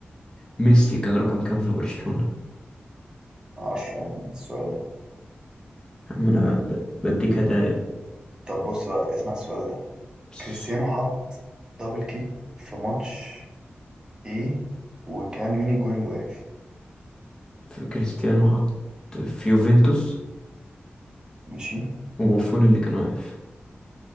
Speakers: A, on the left; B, on the right.
A: ميسي كان رقم كام في برشلونة
B: عشرة يعني السؤال ده
A: يا عم أنا ب- بديك هدايا
B: طب بص بقى اسمع السؤال ده
A: بس
B: كريستيانو حط دبل كيك في ماتش ايه وكان مين الجون اللي واقف؟
A: في كريستيانو حط في يوفنتوس
B: ماشي
A: وبوفون اللي كان واقف